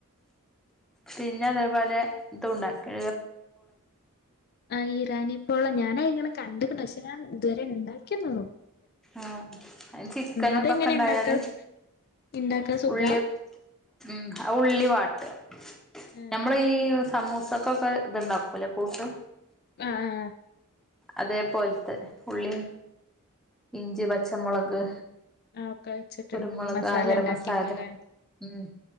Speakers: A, in the centre; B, on the left (about 45°).
A: പിന്നെ അതേപോലെ ഇതു ഉണ്ടാക്ക്
B: ആഹ് ഇറാനി പ്പോള ഞാന് അയിനെ കണ്ടിക്കണു പക്ഷെ ഞാൻ ഇതുവരെ ഉണ്ടാക്കി നോ
A: ആഹ് അയിന് ചിക്കന്
B: അതെങ്ങനെ
A: ഇതൊക്കെ ഉണ്ടായാല്
B: ഇണ്ടാക്കാ ഇണ്ടാക്കാൻ സുഖാ
A: ഉള്ളി ഉം ആ ഉള്ളി വാട്ടാ
B: ആഹ്
A: നമ്മള് ഈ സമൂസക്കൊക്കെ ഇത് ഉണ്ടാക്കൂലേ കൂട്ട്
B: ആ ആഹ്
A: അതേപോലത്തെ ഉള്ളിയും ഇഞ്ചി പച്ചമുളക്
B: ആഹ് ഒക്കെ വെച്ചിട്ട്
A: കുരുമുളക്
B: മസാല
A: ആ ഗരം
B: ഉണ്ടാക്കിയേക്കല്ലേ
A: മസാല ഉം